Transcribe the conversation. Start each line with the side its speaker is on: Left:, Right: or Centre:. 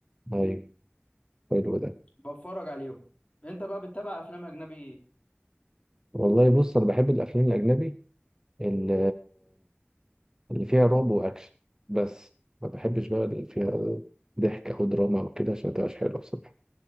Right: ايوه حلو ده
Left: بتفرج عليهم انت بقى بتتابع افلام اجنبي إيه؟
Right: والله بص انا بحب الافلام الاجنبي ال- اللي فيها رعب واكشن بس ما بحبش بقى اللي فيها ضحك او دراما او كده عشان ما تبقاش حلوه بصراحه